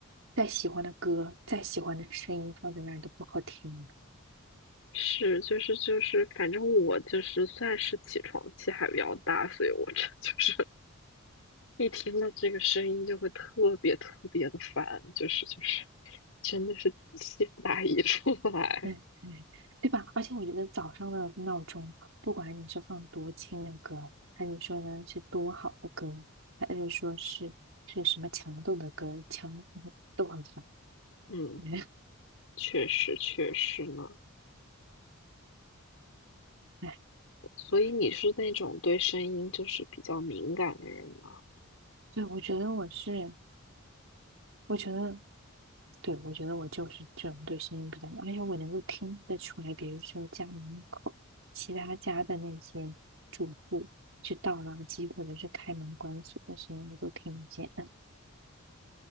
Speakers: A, on the right; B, on the left.
A: 再喜欢的歌，再喜欢的声音放在那儿都不好听，
B: 是就是就是，反正我就是算是起床气还比较大，所以我这就是一听到这个声音就会特别特别的烦，就是就是，真的是气不打一处来。
A: 嗯嗯，对吧？而且我觉得早上的闹钟，不管你是放多轻的歌，还是说呢是多好的歌，还是说是是什么强度的歌，强都很烦。
B: 嗯，
A: <laughs>
B: 确实确实呢。
A: 哎，
B: 所以你是那种对声音就是比较敏感的人吗？
A: 对，我觉得我是我觉得，对，我觉得我就是这种对声音比较敏感，而且我能够听得出来，比如说家门口其他家的那些住户去倒垃圾或者是开门关锁的声音，我都听得见。<laughs>